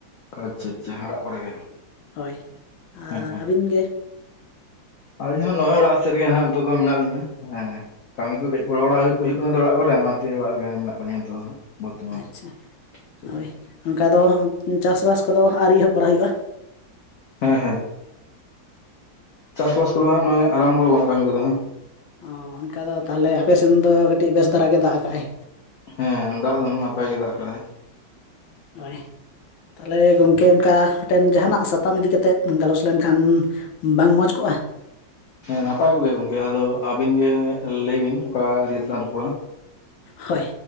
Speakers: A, on the left; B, on the left.
A: ᱟᱪᱪᱷᱟ ᱟᱪᱪᱷᱟ ᱚᱲᱟᱜ ᱠᱚᱨᱮ ᱜᱮ
B: ᱦᱳᱭ ᱟᱨ
A: ᱦᱮᱸ ᱦᱮᱸ
B: ᱟᱹᱵᱤᱱ ᱜᱮ
A: ᱟᱹᱞᱤᱧ ᱦᱚᱸ ᱱᱚᱜ-ᱚᱭ ᱚᱲᱟᱜ ᱥᱮᱫ ᱨᱮᱜᱮ ᱦᱟᱸᱜ ᱱᱤᱛᱚᱜ ᱫᱚ ᱢᱮᱱᱟᱜ ᱞᱤᱧᱟ ᱦᱮᱸ ᱠᱟᱹᱢᱤ ᱠᱚ ᱠᱟᱹᱡ ᱜᱚᱲᱚ ᱵᱟᱲᱟ ᱦᱩᱭᱩᱜ ᱠᱟᱱᱟ ᱛᱚ ᱚᱲᱟᱜ ᱠᱚᱨᱮ ᱚᱱᱟ ᱠᱷᱟᱹᱛᱤᱨ ᱚᱲᱟᱜ ᱨᱮ ᱢᱮᱱᱟᱜ ᱟᱠᱟᱫᱤᱧᱟᱹ ᱱᱤᱛᱚᱜ ᱫᱚ ᱵᱚᱨᱛᱚᱢᱟᱱ
B: ᱟᱪᱪᱷᱟ
A: ᱨᱮ ᱴᱷᱤᱠ
B: ᱦᱳᱭ ᱚᱱᱠᱟ ᱫᱚ ᱪᱟᱥᱵᱟᱥ ᱠᱚᱫᱚ ᱟᱨᱤ ᱮᱦᱚᱵ ᱵᱟᱲᱟ ᱦᱩᱭᱩᱜ-ᱟ
A: ᱦᱮᱸ ᱦᱮᱸ ᱪᱟᱥᱵᱟᱥ ᱠᱚᱫᱚ ᱦᱟᱸᱜ ᱱᱚᱜᱚᱭ ᱟᱨᱟᱢᱵᱚ ᱟᱠᱟᱱᱟ ᱠᱟᱹᱢᱤ ᱠᱚᱫᱚ ᱦᱟᱸᱜ
B: ᱚᱻᱚᱱᱠᱟ ᱫᱚ ᱛᱟᱦᱚᱞᱮ ᱟᱯᱮ ᱥᱮᱱ ᱫᱚ ᱠᱟᱹᱴᱤᱡ ᱵᱮᱥ ᱫᱷᱟᱨᱟ ᱜᱮ ᱫᱟᱜ ᱟᱠᱟᱜᱼᱟᱭ
A: ᱦᱮᱸ ᱫᱟᱜ ᱫᱚ ᱱᱟᱯᱟᱭ ᱜᱮ ᱫᱟᱜ ᱠᱟᱫᱟᱭ
B: ᱦᱳᱭ ᱛᱟᱦᱚᱞᱮ ᱜᱚᱢᱠᱮ ᱚᱱᱠᱟ ᱢᱤᱫᱴᱮᱱ ᱡᱟᱦᱟᱱᱟᱜ ᱥᱟᱛᱟᱢ ᱤᱫᱤ ᱠᱟᱛᱮᱫ ᱜᱟᱞᱚᱪ ᱞᱮᱱᱠᱷᱟᱱ ᱵᱟᱝ ᱢᱚᱡᱽ ᱠᱚᱜᱼᱟ
A: ᱦᱮᱸ ᱱᱟᱯᱟᱭ ᱠᱚᱜᱮ ᱜᱚᱝᱠᱮ ᱟᱫᱚ ᱟᱹᱵᱤᱱ ᱜᱮ ᱞᱟᱹᱭ ᱵᱤᱱ ᱚᱠᱟ ᱤᱫᱤ ᱠᱟᱛᱮᱞᱟᱝ ᱨᱚᱯᱚᱲᱟ
B: ᱦᱳᱭ